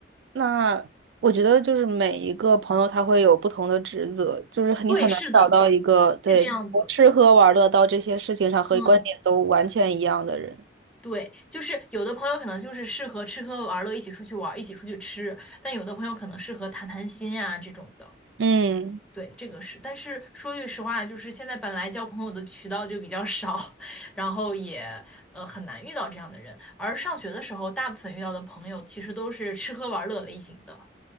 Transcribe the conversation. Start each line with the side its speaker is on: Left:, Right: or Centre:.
Right: 那我觉得就是每一个朋友他会有不同的职责，就是你很难找到一个对从吃喝玩乐到这些事情上和观点都完全一样的人。
Centre: 对，是的，是这样子。嗯，对，就是有的朋友可能就是适合吃喝玩乐，一起出去玩，一起出去吃，但有的朋友可能适合谈谈心呀、这种的。
Right: 嗯，
Centre: 对，这个是，但是说句实话，就是现在本来交朋友的渠道就比较少，<laughs> 然后也呃很难遇到这样的人。而上学的时候，大部分遇到的朋友其实都是吃喝玩乐类型的。